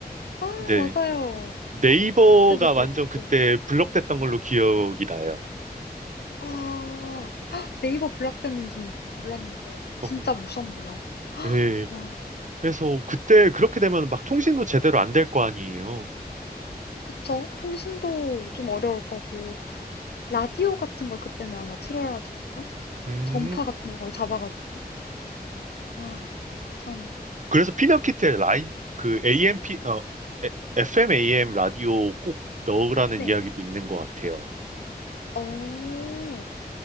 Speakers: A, on the left; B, on the right.
A: 아,
B: 네.
A: 맞아요.
B: 네이버가
A: 그때도 그렇고.
B: 완전 그때 블럭됐던 걸로
A: 음.
B: 기억이 나요.
A: 아, 헉, 네이버 블락됐는지 몰랐는데
B: 어,
A: 진짜 무섭네요.
B: 예.
A: 와,
B: 그래서 그때 그렇게 되면 막 통신도 제대로 안 될 거 아니에요.
A: 그쵸? 통신도 좀 어려울 거고 라디오 같은 걸 그때는 아마 틀어야 되겠죠?
B: 음,
A: 전파 같은 걸 잡아가지고. 아, 참.
B: 그래서 피너키트에 라이, 그 AM, 어, 에- FM, AM 라디오 꼭 넣으라는
A: 네.
B: 이야기도 있는 것 같아요.
A: 어,